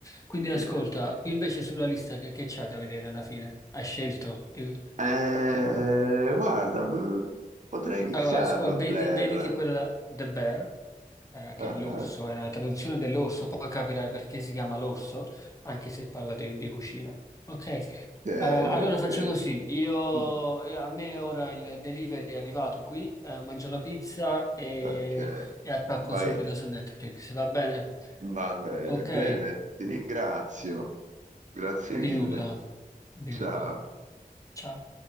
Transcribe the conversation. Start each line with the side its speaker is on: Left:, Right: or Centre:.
Left: Quindi ascolta,
Right: <laughs>
Left: qui invece sulla lista che che c'hai da vedere alla fine? Hai scelto? Di-
Right: Eh, guarda, mh, potrei iniziarlo,
Left: Allora, ascolta, vedi,
Right: Blair.
Left: vediti quella The Bear, eh, che
Right: Ah,
Left: è l'orso,
Right: ah,
Left: è una traduzione dell'orso, poi capirai perché si chiama l'orso, anche se parla di, di cucina. Ok,
Right: ok,
Left: Eh, allora
Right: ok,
Left: faccio così, io,
Right: Mm,
Left: io- a me ora il delivery è arrivato qui, eh, mangio la pizza e,
Right: ok.
Left: e attacco
Right: Vai,
Left: subito su Netflix, va bene?
Right: va bene,
Left: Ok,
Right: Clement, ti ringrazio. Grazie mille.
Left: di nulla, di
Right: Ciao.
Left: nulla. Ciao.